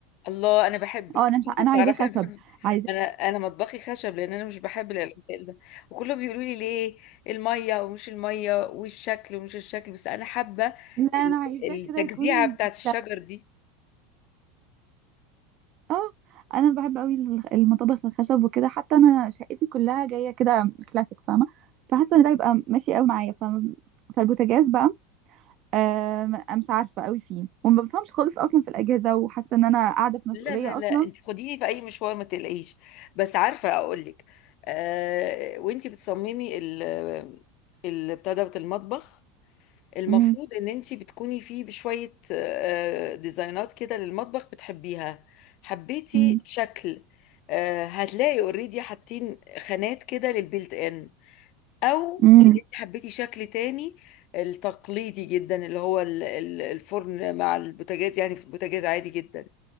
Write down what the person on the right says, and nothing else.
اه انا مش
ع- انا عايزاه
خشب
عايزاه
لا
انا عايزاه
كده يكون
لا
اه انا بحب قوي ال- المطابخ الخشب وكده حتى انا شقتي كلها جايه كده كلاسيك فاهمه فحاسه ان ده يبقى ماشي قوي معايا فاهمه فالبوتاجاز بقى آآ م مش عارفة أوي فيه، وما بافهمش خالص أصلًا في الأجهزة، وحاسة إن أنا قاعدة في مسؤولية
أصلًا.
إمم،
إمم،
إمم،